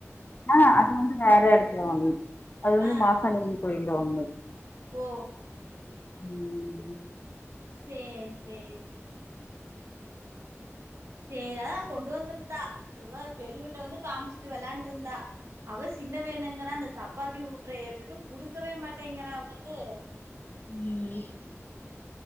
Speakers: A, on the left; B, on the right.
A: அ அது வந்து வேற எடத்ல வாங்னத் அது வந்து
B: ஆ
A: மாசானிம்மி கோயில்ல வாங்னது
B: ஓ
A: உம்
B: சேர் சேரி சேரி அதா கொண்டு வந்துர்ந்தா எவ பெரியவிட்ட வந்து காம்ச்சுட்டு வெளான்ட்ருந்தா அவ சின்னவ என்னங்குறா அந்த சப்பாத்தி ஊட்ற ஏர்டுடு குடுக்கவே மாட்டேங்கிறா அவ்ளுக்கு
A: உம்